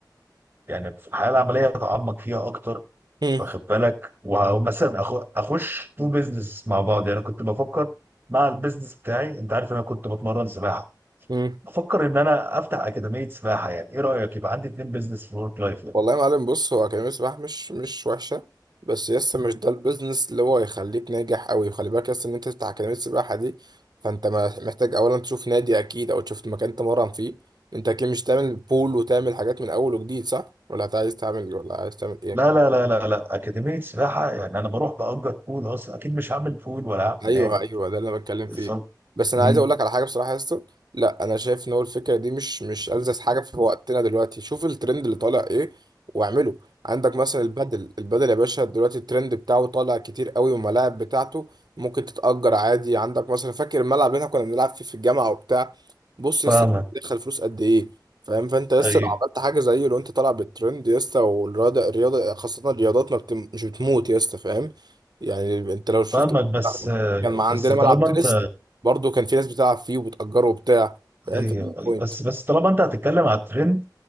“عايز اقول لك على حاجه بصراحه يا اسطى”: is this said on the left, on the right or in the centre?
Right